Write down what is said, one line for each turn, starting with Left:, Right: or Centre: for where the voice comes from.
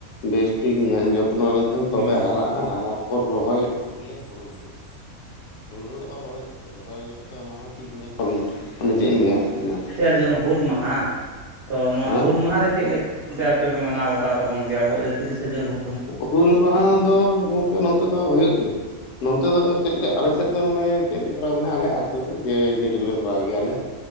Left: ᱵᱮᱥᱴᱷᱤᱠ ᱧᱮᱞ ᱡᱚᱛᱱᱚ ᱞᱮᱱᱠᱷᱟᱱ
Right: ᱦᱩᱸ
Left: ᱛᱚᱵᱮ ᱦᱟᱨᱟᱜᱼᱟ᱾ ᱦᱟᱨᱟ ᱯᱚᱨ ᱨᱚᱦᱚᱭ ᱼᱼ ᱤᱭᱟᱹ ᱦᱩᱲᱩ ᱦᱩᱭᱩᱜᱼᱟ। ᱦᱩᱲᱩ ᱟᱵᱟᱨ ᱨᱚᱦᱚᱭ ᱠᱟᱛᱮ ᱪᱮᱫ ᱨᱚᱦᱚᱭ ᱠᱟᱛᱮᱫ ᱚᱱᱟ ᱦᱚᱸ ᱴᱤᱴᱢᱮᱴ ᱢᱟᱱᱮ ᱪᱮᱫ ᱤᱧ ᱞᱟᱹᱭᱟ ᱵᱤᱱᱟ
Right: ᱛᱤᱨᱤᱥᱟ ᱡᱩᱱ ᱦᱩᱞ ᱢᱟᱦᱟ ᱛᱚ ᱱᱚᱣᱟ
Left: ᱦᱮᱸ
Right: ᱦᱩᱞ ᱢᱟᱦᱟ ᱨᱮ ᱪᱮᱫ ᱞᱮᱠᱟ ᱟᱯᱮ ᱯᱮ ᱢᱟᱱᱟᱣ ᱵᱟ ᱛᱟᱣ ᱛᱟᱵᱚᱱ ᱜᱮ ᱟᱵᱚᱣᱟᱜ ᱡᱮ ᱛᱤᱨᱤᱥᱮ ᱡᱩᱱ ᱼᱼ
Left: ᱦᱩᱞ ᱢᱟᱦᱟ ᱫᱚ ᱜᱚᱝᱠᱮ ᱱᱚᱱᱛᱮ ᱫᱚ ᱦᱩᱭᱩᱜ ᱜᱮᱭᱟ। ᱱᱚᱱᱛᱮ ᱫᱚ ᱪᱮᱫ ᱞᱮ ᱟᱞᱮᱥᱮᱫ ᱫᱚ ᱱᱚᱸᱰᱮ ᱪᱮᱫ ᱞᱮ ᱠᱚᱨᱟᱣᱟ ᱢᱟᱱᱮ ᱟᱞᱮ ᱟᱛᱩ ᱨᱮ ᱡᱮᱴᱩᱠᱩ ᱞᱮ ᱠᱚᱨᱟᱣ ᱜᱮᱭᱟᱞᱮ᱾